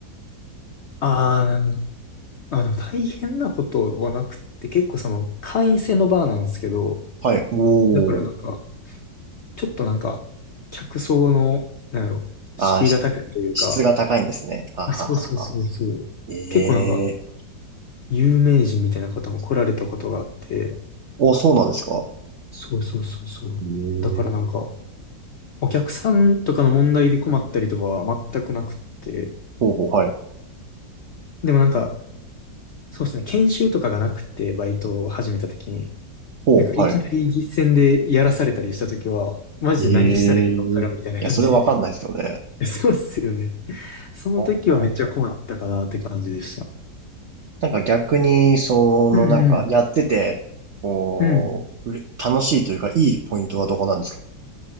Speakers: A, on the left; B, on the right.
A: ああ、なん、あ、でも大変なことはなくって、結構その会員制のバーなんですけど、
B: はい。おー。
A: だからなんか、ちょっとなんか、客層の、なんやろ、
B: あー、
A: 敷居が高いというか、
B: し質が高いんですね。はははは。
A: あ、そうそうそうそう。
B: え
A: 結構なんか、
B: えー。
A: 有名人みたいな方も来られたことがあって、
B: お、そうなんですか
A: そうそうそうそう。
B: ええー、
A: だからなんか、お客さんとかの問題で困ったりとかは全くなくって、
B: ほうほう。はい。
A: でもなんか、そうですね、研修とかがなくて、バイトを始めた時に、
B: ほう、
A: なんかいきなり実践でやらされたりした時は、
B: はい。
A: マジで何したらいいかわからんみたいな感じで。
B: ええー。いや、それわかんないですよね。
A: <laughs> そうっすよね。その時はめっちゃ困ったかなって感じでした。
B: ああ、なんか逆に、その、
A: うん
B: なんかやってて、こう、
A: うん。うん。
B: うれ楽しいというか、いいポイントはどこなんですか